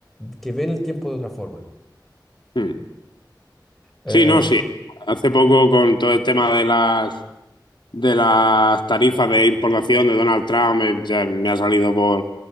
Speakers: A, in the centre; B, on the left (about 80°).
A: que ven el tiempo de otra forma.
B: Mm.
A: Eh,
B: Sí, no, sí. Hace poco con todo el tema de las de las tarifas de importación de Donald Trump, eh, ya me ha salido por,